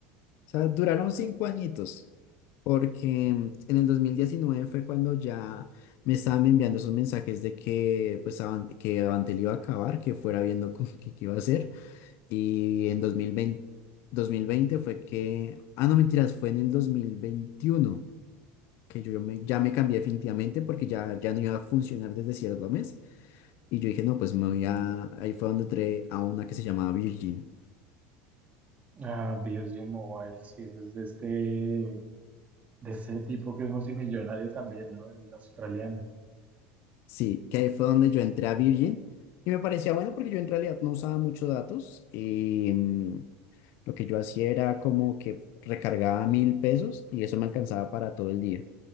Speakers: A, on the left; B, on the right.
A: sea, duraron cinco añitos, porque mm, en el 2019 fue cuando ya me estaban enviando esos mensajes de que, pues, Avan- que Avantel iba a acabar, que fuera viendo cómo- <laughs> qué qué iba a hacer. Y en dos dos mil veinte, dos mil veinte fue que, ah, no, mentiras, fue en el 2021 que yo me- ya me cambié definitivamente porque ya, ya no iba a funcionar desde cierto mes. Y yo dije, no, pues me voy a, ahí fue donde entré a una que se llamaba Virgin.
B: Ah, BioSG Mobile, sí, ese es de este, de este tipo que es multimillonario también, ¿no? El australiano.
A: Sí, que ahí fue donde yo entré a Virgin y me parecía bueno porque yo en realidad no usaba muchos datos y mm, lo que yo hacía era como que recargaba mil pesos y eso me alcanzaba para todo el día